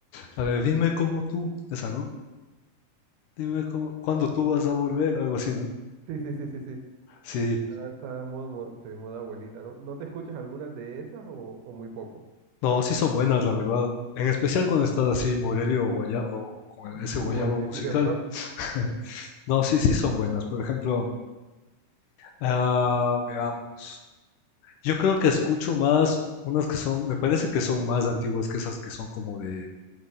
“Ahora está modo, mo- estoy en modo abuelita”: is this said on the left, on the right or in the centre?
Right